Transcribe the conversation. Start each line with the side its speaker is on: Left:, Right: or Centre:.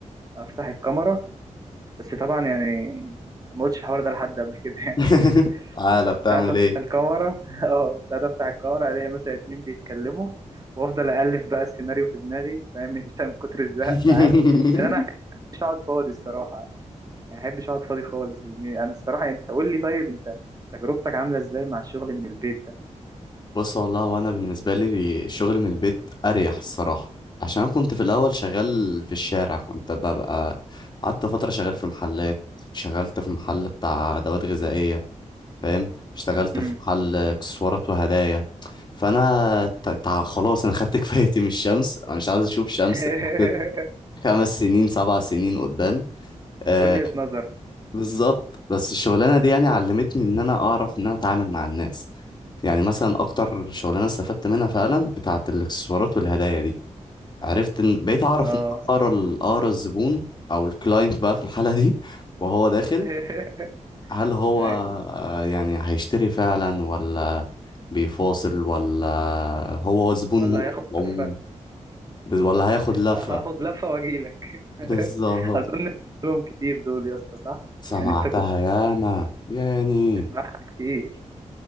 Right: افتح الكاميرا بس طبعا يعني ما قلتش الحوار ده لحد قبل كده يعني
Left: <laughs> تعالى
Right: <laughs>
Left: بتعمل
Right: ساعات افتح
Left: ايه
Right: الكاميرا <laughs> اه ساعات افتح الكاميرا الاقي مثلا اتنين بيتكلموا وافضل الف بقى السيناريو في دماغي فاهم <laughs> انت من كتر الزهق
Left: <laughs>
Right: ساعات لان انا مش اقعد فاضي الصراحه يعني احبش اقعد فاضي خالص يا زميلي انا الصراحه يعني انت قول لي طيب انت تجربتك عامله ازاي مع الشغل من البيت ده
Left: بص والله هو انا بالنسبه لي الشغل من البيت اريح الصراحه عشان كنت في الاول شغال في الشارع كنت ببقى قعدت فتره شغال في محلات شغلت في محل بتاع ادوات غذائيه فاهم اشتغلت
Right: مم.
Left: في محل اكسسوارات وهدايا فانا تع... تع- خلاص انا خدت <laughs> كفايتي من الشمس انا مش عايز اشوف شمس
Right: <laughs>
Left: لمده خمس سنين سبع سنين قدام آه،
Right: وجهة نظر
Left: بالظبط بس الشغلانه دي يعني علمتني ان انا اعرف ان انا اتعامل مع الناس يعني مثلا اكتر شغلانه استفدت منها فعلا بتاعه الاكسسوارات والهدايا دي عرفت ان بقيت اعرف
Right: اه
Left: ان اقرا ال- اقرا الزبون او الكلاينت بقى في الحاله دي <laughs> وهو داخل
Right: <laughs>
Left: هل هو
Right: ايوه
Left: آه، يعني هيشتري فعلا ولا بيفاصل ولا هو زبون
Right: ولا
Left: مؤقت
Right: هياخد
Left: عموما
Right: لفة
Left: بس- ولا هياخد لفه
Right: هاخد لفة واجيلك <laughs>
Left: بالظبط
Right: اظن لهم كتير دول يا اسطى صح
Left: سمعتها
Right: يعني انت كنت
Left: ياما يعني
Right: بتسمعها كتير